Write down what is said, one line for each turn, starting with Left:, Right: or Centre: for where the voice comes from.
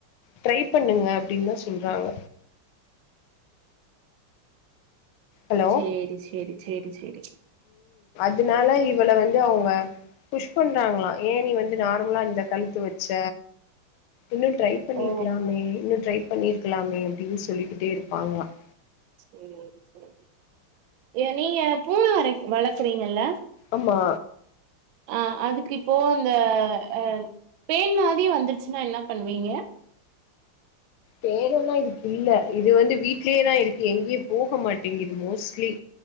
Left: ட்ரை பண்ணுங்க அப்படின்னுதான் சொல்றாங்க ஹலோ
Right: சேரி சேரி சேரி சேரி
Left: இதனால இவள வந்து அவுங்க புஷ் பண்றாங்களாம் ஏன் நீ வந்து நார்மலா இந்த கழுத்து வச்ச இன்னும் ட்ரை பண்ணிருக்கலாமே
Right: ஓ!
Left: இன்னும் ட்ரைப் பண்ணிருக்கலாமே அப்படின்னு சொல்லிக்கிட்டே இருப்பாங்களாம்
Right: உம் உம் ஏன் நீங்க பூனை வரை வளர்க்கறீங்கல்ல
Left: ஆமா
Right: அஹ் அதுக்கு இப்போ இந்த அஹ் பேன் மாதிரி வந்துருக் சின்னா என்னப் பண்ணுவீங்க
Left: தேடணுல்லாம் இதுக்கு இல்லை இது வந்து வீட்லயேதான் இருக்கு எங்கேயும் போக மாட்டேங்குது மோஸ்ட்லி